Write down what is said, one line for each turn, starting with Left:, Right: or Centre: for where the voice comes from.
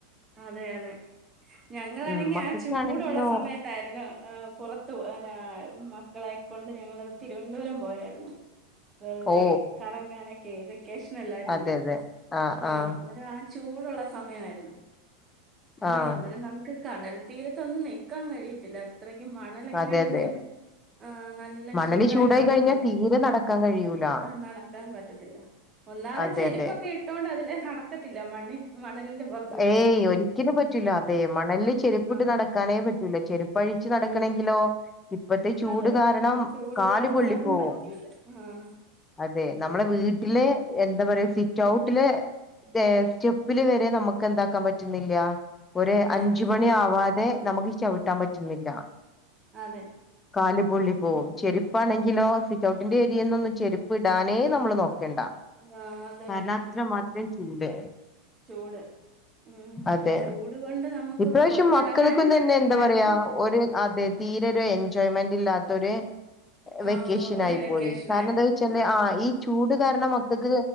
Right: അതെ അതെ ഞങ്ങളാണെങ്കി
Left: ഉം മക്കൾക്കാണെങ്കിലോ
Right: ആ ചൂടുള്ള സമയത്തായിരുന്നു ആ പുറത്തു പോ <unintelligible> ക്കളെക്കൊണ്ട് ഞങ്ങളത് തിരുവനന്തപുരം പോയായിരുന്നു വെറുതെ
Left: ഓ
Right: കറങ്ങാന ക്കെ വെ ക്കേഷനല്ലായിരുന്നോ
Left: അതെ അതെ ആഹ്
Right: ആ
Left: ആഹ്
Right: അന്നേരം ആ ചൂടുള്ള സമയമായിരുന്നു അയ്യോ
Left: ആഹ്
Right: അന്നേരം നമുക്ക് കടൽ തീരത്തൊന്നും നിക്കാൻ കഴിയത്തില്ല അത്രക്കും മണലൊക്കെ
Left: അതെ
Right: ആണെങ്കിലും
Left: അതെ
Right: ആ നല്ല
Left: മണല്
Right: ചൂടായിട്ട്
Left: ചൂടായി
Right: കിടക്കു
Left: കഴിഞ്ഞാൽ
Right: അല്ലേ
Left: തീരെ നടക്കാൻ കഴിയൂല
Right: ആ നടക്കാൻ പറ്റത്തില്ല ഒന്നാലെ
Left: അതെ
Right: ചെരുപ്പൊക്കെ
Left: അതെ
Right: ഇട്ടോണ്ട് അതില് നടക്കത്തില്ല മണ്ണ് മണലിന്റെ പുറത്തൂടെ
Left: ഏയ് ഒരിക്കലും പറ്റൂല അതെ മണലില് ചെരുപ്പിട്ട്
Right: ആഹ്
Left: നടക്കാനേ പറ്റൂല ചെരുപ്പഴിച്ചു
Right: പറ്റൂല
Left: നടക്കണെങ്കിലോ ഇപ്പത്തെ ചൂട്
Right: അതെ
Left: കാരണം
Right: ചൂട്
Left: കാല്
Right: കാരണം
Left: പൊള്ളി
Right: അതും
Left: പോവും
Right: പറ്റിയില്ല ആഹ്
Left: അതെ നമ്മടെ
Right: ആഹ്
Left: വീട്ടിലെ എന്താ പറയാ സിറ്റ് ഔട്ടിലെ സ്റ്റെപ്പില് വരെ നമ്മക്ക് ക്ക് എന്താക്കാൻ പറ്റുന്നില്ല ഒര്
Right: അതെ
Left: അഞ്ച്മണി
Right: അതെ
Left: ആവാതെ നമുക്ക് ചവിട്ടാൻ പറ്റുന്നില്ല
Right: അതെ
Left: കാലു പൊള്ളി
Right: ഉം
Left: പോവും ചെരു ഇപ്പാണെങ്കിലോ സിറ്റ്ഔട്ടിന്റെ ഏരിയേ നൊന്നും ചെരുപ്പ് ഇടാനേ നമ്മള് നോ ക്കണ്ട
Right: ആഹ് അതെ
Left: കാരണം
Right: അതെ
Left: അത്രമാത്ര ത്രം ചൂട്
Right: ചൂട് ഉം
Left: അതെ
Right: ചൂട് കൊണ്ട് നമുക്ക്
Left: ഇപ്രാവശ്യം
Right: പുറത്തിറങ്ങാനും
Left: മക്കൾക്കൊന്ന്
Right: പറ്റത്തില്ലായിരുന്നു
Left: തന്നെ എന്താ പറയാ ഒരു അതെ തീരെ ഒരു എൻ എൻജോയ്മെന്റ് ഇല്ലാത്തൊര്
Right: ആ
Left: വെക്കേഷനായി
Right: ഒരു വെക്കേഷൻ
Left: പോയി കാരണെന്താച്ചാല്
Right: ആയിരുന്നു അതെ
Left: ആ ഈ ചൂട് കാരണം മക്കൾക്ക്